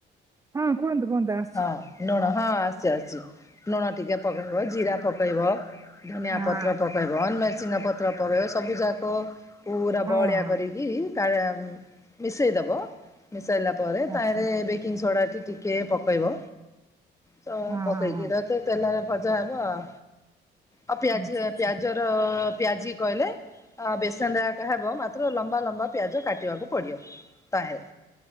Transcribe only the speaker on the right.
ହଁ କୁହନ୍ତୁ କୁହନ୍ତୁ ଆ
ହଁ
ହଁ
ହଁ
ଆଚ୍ଛା
ହଁ
ହଁ ହଁ
ଆଚ୍ଛା
ଆଚ୍ଛା